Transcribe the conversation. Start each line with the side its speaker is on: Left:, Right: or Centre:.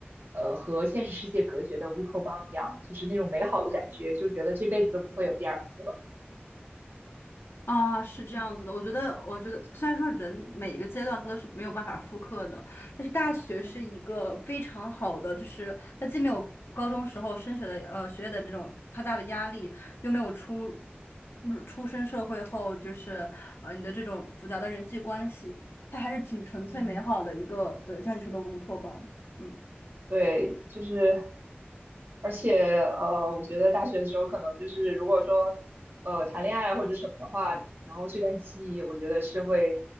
Right: 呃和现实世界隔绝的乌托邦一样，就是那种美好的感觉，就觉得这辈子都不会有第二次了。
Left: 啊，是这样子的，我觉得，我觉得虽然说人每一个阶段都是没有办法复刻的，
Right: 嗯
Left: 但是大学是一个非常好的，
Right: 嗯。
Left: 就是它既没有高中时候升学的呃学业的这种太大的压力，又没有出入出身社会后就是呃你的这种复杂的人际关系，它还是挺纯粹美好的一个，
Right: 嗯，
Left: 对，就像你说的乌托邦。嗯
Right: 对，就是。而且呃，我觉得大学的时候可能就是如果说呃谈恋爱或者什么的话，然后这段记忆，我觉得是会